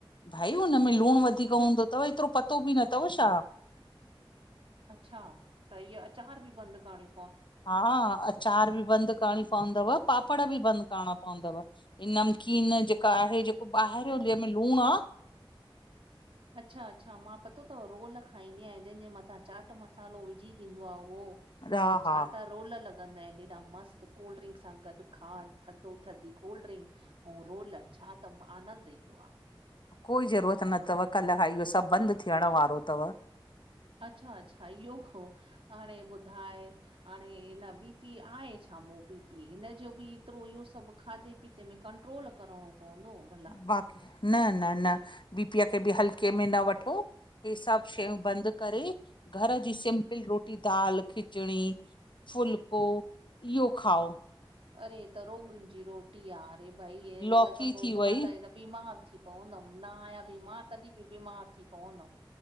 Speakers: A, on the left (about 60°); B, on the right (about 75°).
A: भाई उन में लूण वधीक हूंदो तव एतिरो पतो बिन तव छा।
B: अच्छा, त इअ अचार बि बंद करिणी
A: हा अचार बि बंद करिणी पवंदव, पापड़ बि बंदि करिणा पवंदव। इ नमकीन जेका आहे जेको ॿाहिरियो जहिंमें लूण आ
B: अच्छा अच्छा मां पतो अथव रोल खाईंदी आहियां जंहिंजे मथां चाट मसालो विझी ॾींदो आहे उहो।
A: हा
B: अरे
A: हा
B: छा तार रोल लॻंदा आहिन हेॾा मस्तु कोल्ड ड्रिंक सां गॾु खा थधो थधी कोल्ड ड्रिंक ऐं रोल छा त आनंद ईंदो आ।
A: कोई ज़रूरत न अथव कल्ह खां इहो सभु बंद थियण वारो अथव।
B: अच्छा- अच्छा इहो हो हाणे ॿुधाए हाणे हिन बी पी आहे छाामो बी पी हिन जो बि एतिरो इहो सभु खाधे पीते तंमें कंट्रोल करिणो पवंदो भला।
A: बाकी न- न- न बीपीअ खे बि हलके में न वठो। ह सब शयूं बंद करे घर जी सिंपल रोटी दाल खिचड़ी फुल्को इहो खाओ।
B: अरे त रोगन जी रोटी आहे अरे भई
A: लौकी
B: लॻंदो
A: थी
B: त
A: वई
B: मां त त बीमार थी प पवंदम न आहया बिमार मां तॾहिं बि बीमार थी पवंदम।